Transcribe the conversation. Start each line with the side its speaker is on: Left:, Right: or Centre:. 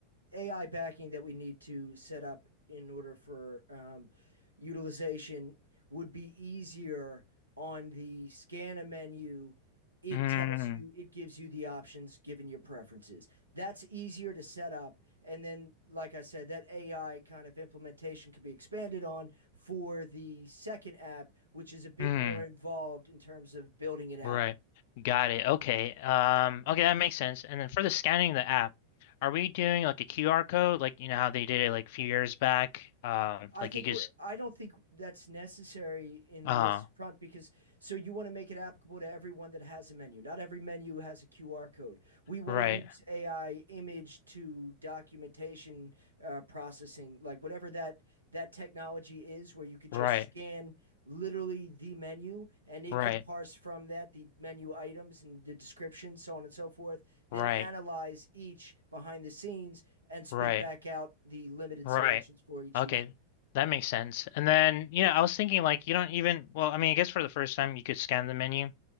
Right: AI backing that we need to set up in order for um, utilization would be easier on the scanner menu. It
Left: Mm,
Right: tells you, it gives you the options given your preferences. That's easier to set up. And then, like I said, that AI kind of implementation could be expanded on for the second app, which is a bit
Left: mm,
Right: more involved in terms of building it out.
Left: right. Got it. Okay. Um okay, that makes sense. And then for the scanning the app, are we doing like a QR code like you know how they did it like a few years back? Um
Right: I
Left: like
Right: think
Left: you just
Right: we're, I don't think that's necessary in
Left: uh
Right: this front because so you want to make it applicable to everyone that has a menu. Not every menu has a QR code. We want
Left: right,
Right: to use AI image to documentation uh, processing, like whatever that that technology is, where you could just
Left: right,
Right: scan literally the menu and it
Left: right,
Right: can parse from that the menu items and the description, so on and so forth. Then
Left: right,
Right: analyze each behind the scenes and spit
Left: right.
Right: back out the limited
Left: Right.
Right: selections for each
Left: Okay.
Right: user.
Left: That makes sense. And then, you know, I was thinking like you don't even, well, I mean, I guess for the first time you could scan the menu